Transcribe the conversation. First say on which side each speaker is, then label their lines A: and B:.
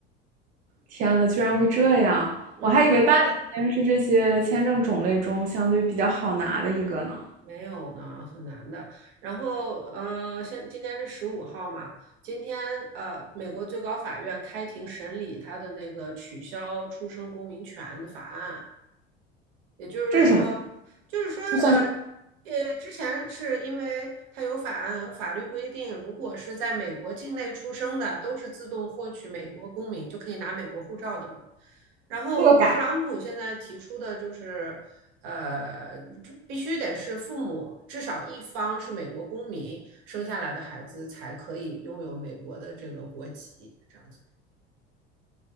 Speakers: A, on the right; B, on the right.
A: 天呐，居然会这样！
B: 嗯。
A: 我还以为伴侣签是这些签证种类中相对比较好拿的一个呢。
B: 没有呢，很难的。然后，呃，现今天是十五号嘛，今天呃，美国最高法院开庭审理他的那个取消出生公民权的法案，也就是说，
A: 这是什么？
B: 就是说，呃，
A: 就算是
B: 呃，之前是因为它有法案法律规定，如果是在美国境内出生的，都是自动获取美国公民，就可以拿美国护照的嘛。然后特朗普现在提出的就是，
A: 这个改
B: 呃，这必须得是父母至少一方是美国公民生下来的孩子才可以拥有美国的这个国籍，这样子。